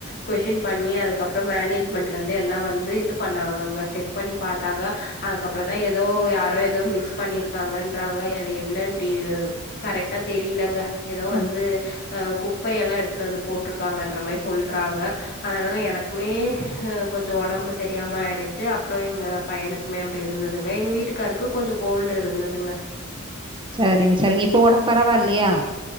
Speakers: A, on the left; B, on the right.
A: கொஷின் பண்ணி அதுக்கப்புறோ மேனேஜ்மெண்ட்ல இருந்து எல்லா வந்து இது பண்ணாங்கங்க செக் பண்ணி பாார்த்தாங்க அதுக்கப்புறம் தா எதோ யாரோ எதோ மிக்ஸ் பண்ணிருக்காங்கன்றாங்க அது என்னன்னு டி கரெக்ட்டா தெரிலங்க ஏதோ
B: ம்,
A: வந்து அ குப்பையல்லா எடுத்துன் வந்து போட்டு இருக்காங்கன்ற மாரி சொல் றாங்க அதனால எனக்குமே அ கொஞ்சோ உடம்பு சரியாம ஆயிடுச்சு அப்புறோ எங்க பையனுக்குமே அப்டி இருந்ததுங்க எங்க வீட்டுக்காருக்கு கொஞ்சோ கோல்டு இருந்ததுங்க
B: சரிங்க சரிங்க இப் இப்போ உடம்பு பரவாயில்லையா